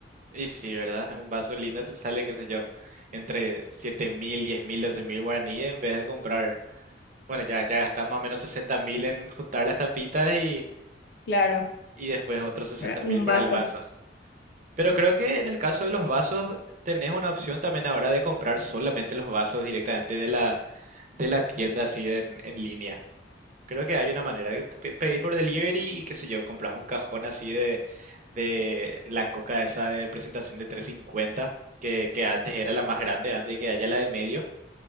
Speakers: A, on the right; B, on the left.
A: Y sí, ¿verdad? Un vaso lindo te sale, qué sé yo, entre siete mil diez mil doce mil guaraníes en vez de comprar. Bueno, ya, ya gastas más o menos 60.000 en juntar las tapitas y,
B: Claro,
A: y después otros sesenta
B: ¿verdad? un
A: mil para
B: vaso.
A: el vaso. Pero creo que en el caso de los vasos tenés una opción también ahora de comprar solamente los vasos directamente de la, de la tienda así en, en línea. Creo que hay una manera de pe- pedís por delivery y qué sé yo, compras un cajón así de, de la coca esa de presentación de 350, que, que antes era la más grande, antes de que haya la de medio,